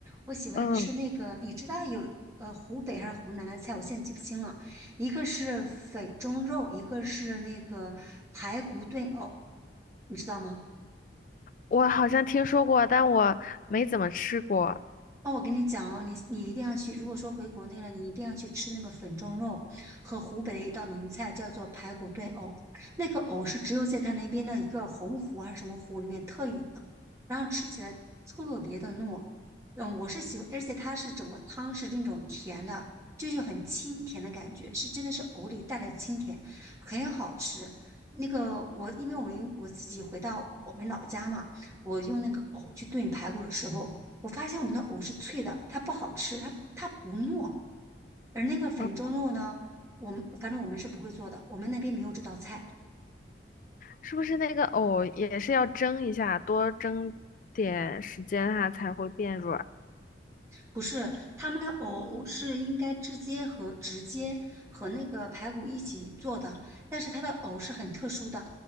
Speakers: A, on the right; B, on the left.
A: 我喜欢吃那个，
B: 嗯，
A: 你知道有呃湖北还是湖南的菜，我现在记不清了，一个是粉蒸肉，一个是那个排骨炖藕，你知道吗？
B: 我好像听说过，但我没怎么吃过。
A: 那我跟你讲哦，你你一定要去。如果说回国内了，你一定要去吃那个粉蒸肉和湖北的一道名菜，叫做排骨炖藕。那个藕是只有在他那边的一个洪湖还是什么湖里面特有的，然后吃起来特别的糯。嗯，我是喜欢，而且它是整个汤是那种甜的，就是有很清甜的感觉，是真的是藕里带来的清甜，很好吃。那个我，因为我们我自己回到我们老家嘛，我用那个藕去炖排骨的时候。我发现我们的藕是脆的，它不好吃，它它不糯。而那个粉蒸肉呢，
B: 嗯，
A: 我们反正我们是不会做的，我们那边没有这道菜。
B: 是不是那个藕也是要蒸一下，多蒸点时间它才会变软？
A: 不是，他们的藕是应该直接和直接和那个排骨一起做的，但是它的藕是很特殊的，